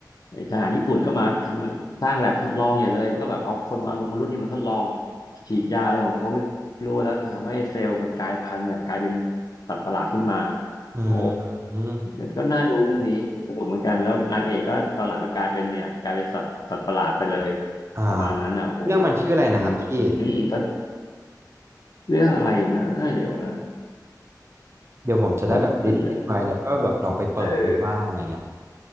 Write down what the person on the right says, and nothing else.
อืม
อืม
อ่า
เรื่องมันชื่ออะไรนะครับพี่
เดี๋ยวผมจะได้แบบลิสต์ลิสต์ไว้แล้วก็แบบลองไปเปิดดูบ้างอะไรเงี้ย